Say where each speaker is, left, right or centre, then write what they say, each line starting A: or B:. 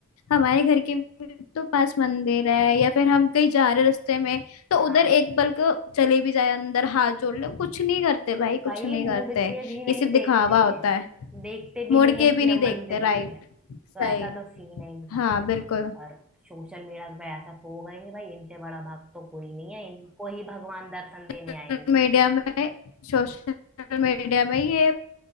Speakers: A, on the left (about 65°); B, in the centre.
A: हमारे घर के भी तो पास मंदिर है या फिर हम कहीं जा रहे रास्ते में तो
B: हाँ
A: उधर एक पल को चले भी जाए अंदर हाथ जोड़ ले कुछ नहीं करते भाई कुछ
B: भाई
A: नहीं
B: मुड़
A: करते
B: के भी नहीं
A: ये सिर्फ
B: देखते
A: दिखावा
B: हैं
A: होता है
B: देखते भी
A: मुड़
B: नहीं
A: के
B: है
A: भी
B: कि
A: नहीं
B: यह
A: देखते
B: मंदिर
A: राइट
B: भी है तो
A: सही
B: ऐसा तो सीन है इनका
A: हाँ बिल्कुल
B: और सोशल मीडिया पे ऐसा शो करेंगे भाई इनसे बड़ा भक्त तो कोई नहीं है इनको ही भगवान दर्शन देने
A: सोशल
B: आएंगे
A: मीडिया में सोशल मीडिया में ये